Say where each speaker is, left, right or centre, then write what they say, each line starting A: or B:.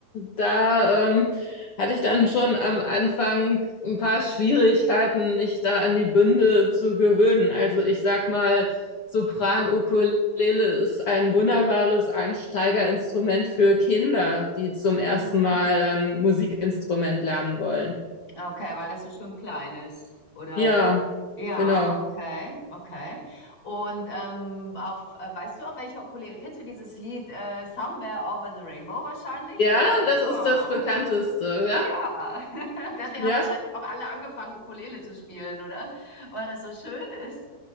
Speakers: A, on the left; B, on the left.
A: da ähm, hatte ich dann schon am Anfang ein paar Schwierigkeiten, mich da an die Bünde zu gewöhnen. Also ich sag mal, Sopran-Ukulele Ukulele ist ein wunderbares Einsteigerinstrument für Kinder, die zum ersten
B: Mhm.
A: Mal ein Musikinstrument lernen wollen.
B: Okay, weil das so schön klein ist. Oder?
A: Ja,
B: Ja,
A: genau.
B: okay, okay. Und ähm, auf, äh, weißt du, auf welcher Ukulele? Kennst du dieses Lied äh, Somewhere Over the Rainbow wahrscheinlich,
A: Ja,
B: oder? Wow.
A: das ist das bekannteste, ja?
B: Ja, <laughs> deswegen
A: Ja.
B: haben wahrscheinlich auch alle angefangen, Ukulele zu spielen, oder? Weil das so schön ist.